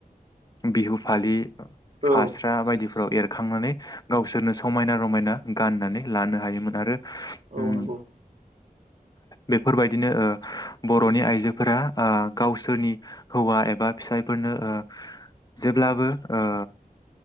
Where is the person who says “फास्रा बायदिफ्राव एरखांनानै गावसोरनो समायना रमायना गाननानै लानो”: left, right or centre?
Left